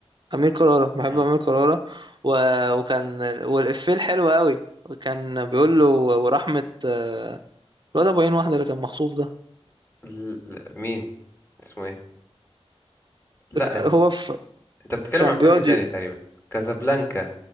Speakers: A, on the right (about 45°); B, on the left (about 20°).
A: امير كرارة بحب
B: مم.
A: امير كرارة و... وكان والافيه الحلو قوي وكان بيقول له ورحمه آه، الواد ابو عين واحد اللي كان مخطوف ده
B: ل- ل- مين اسمه ايه لا
A: هو في
B: انت بتتكلم
A: كان
B: عن فيلم
A: بيقعد
B: تاني
A: ي...
B: تقريبا كازابلانكا